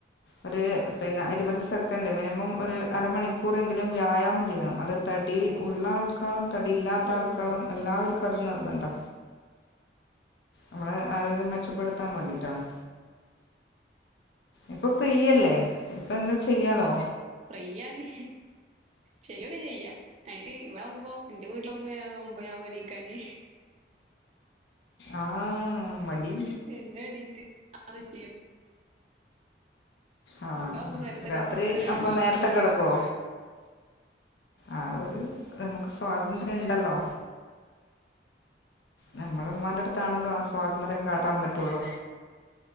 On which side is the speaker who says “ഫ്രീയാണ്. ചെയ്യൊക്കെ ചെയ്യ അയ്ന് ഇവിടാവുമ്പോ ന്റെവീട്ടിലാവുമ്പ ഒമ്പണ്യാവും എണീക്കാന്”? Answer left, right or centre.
Right